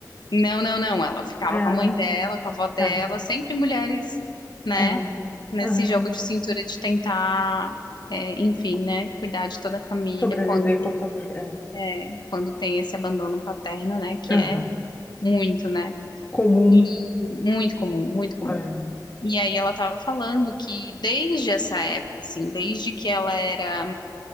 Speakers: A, on the left; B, on the left.
A: Não, não, não. Ela ficava
B: Ah,
A: com a mãe dela, com a avó dela,
B: tá.
A: sempre mulheres, né?
B: Ah,
A: Nesse
B: ah.
A: jogo de cintura de tentar, é, enfim, né? Cuidar de toda a família
B: Sobreviver
A: quando,
B: com a família. É.
A: é, quando tem esse abandono paterno, né? Que
B: Aham.
A: é muito, né?
B: Comum.
A: E muito comum, muito comum.
B: É.
A: E aí ela tava falando que desde essa época, assim, desde que ela era